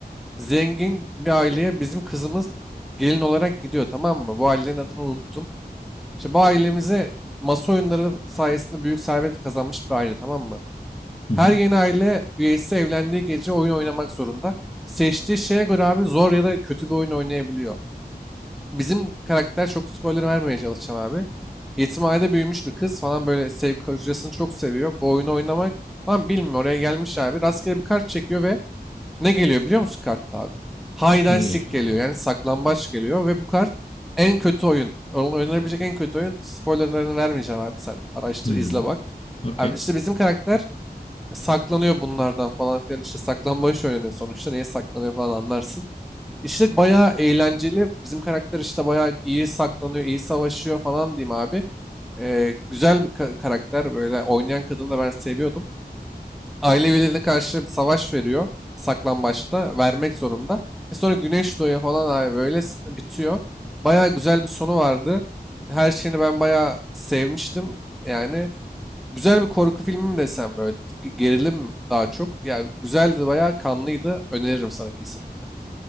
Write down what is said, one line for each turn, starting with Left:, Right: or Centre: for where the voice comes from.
Centre: Zengin bir aileye bizim kızımız gelin olarak gidiyor tamam mı? Bu ailenin adını unuttum. İşte bu ailemize masa oyunları sayesinde büyük servet kazanmış bir aile tamam mı?
Left: hı.
Centre: Her yeni aile üyesi evlendiği gece oyun oynamak zorunda. Seçtiği şeye göre abi zor ya da kötü bir oyun oynayabiliyor. Bizim karakter çok spoiler vermeye çalışacağım abi. Yetimhanede büyümüş bir kız falan böyle sevgi kocasını çok seviyor. Bu oyunu oynamak falan bilmiyor. Oraya gelmiş abi. Rastgele bir kart çekiyor ve ne geliyor biliyor musun kartta abi? Hide
Left: Ne
Centre: and seek
Left: geliyor?
Centre: geliyor. Yani saklambaç geliyor ve bu kart en kötü oyun. Oynanabilecek en kötü oyun. Spoilerlarını vermeyeceğim abi sen. Araştır
Left: Hı.
Centre: izle bak.
Left: Okey.
Centre: Abi işte bizim karakter saklanıyor bunlardan falan filan işte saklambaç oynanıyor sonuçta niye saklanıyor falan anlarsın. İşte bayağı eğlenceli bizim karakter işte bayağı iyi saklanıyor iyi savaşıyor falan diyeyim abi. Ee, güzel bir ka- karakter böyle oynayan kadını da ben seviyordum. Aile üyelerine karşı savaş veriyor saklambaçta vermek zorunda. E sonra güneş doğuyor falan abi böyle s- bitiyor. Bayağı güzel bir sonu vardı. Her şeyini ben bayağı sevmiştim yani. Güzel bir korku filmi mi desem böyle ge- gerilim mi daha çok. Yani güzeldi bayağı kanlıydı. Öneririm sana kesinlikle.